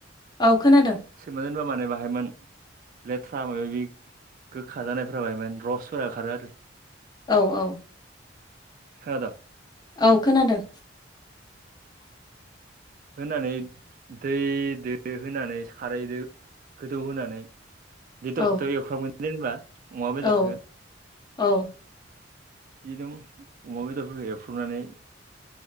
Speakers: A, on the left; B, on the right.
A: औ खोनादों
B: सोमना दोनबा माने बाहायमोन लेथ्रा माबा माबि गोखा जानायफोर बाहाय मान रसफोरा खारो आरो
A: औ औ
B: खोनादो़
A: औ खोनादों <inaudible>
B: होनानै दैदो होनानै खारैदो गोदौ होनोनानै बेदरखौथ'
A: औ
B: एवफामगोन जेनेबा अमा बेदरखौ
A: औ <inaudible> औ
B: बिदिनो अमा बेदरफोरखौ एवफ्रबनानै